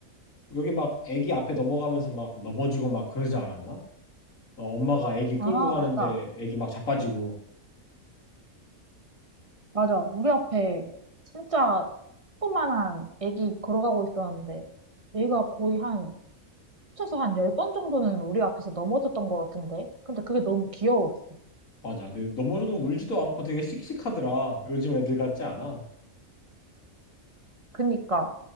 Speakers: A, on the left (about 80°); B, on the right (about 30°).
A: 여기 막 애기 앞에 넘어가면서 막 넘어지고 막 그러지 않았나? 어, 엄마가 애기 끌고
B: 아,
A: 가는데
B: 맞다.
A: 애기 막 자빠지고
B: 맞아. 우리 앞에 진짜 조그만한 애기 걸어가고 있었는데 얘가 거의 한 합쳐서 한 10번 정도는 우리 앞에서 넘어졌던 것 같은데. 근데 그게 너무 귀여웠어.
A: 맞아. 근데 넘어져도 울지도 않고 되게 씩씩하더라. 요즘 애들 같지 않아?
B: 그니까.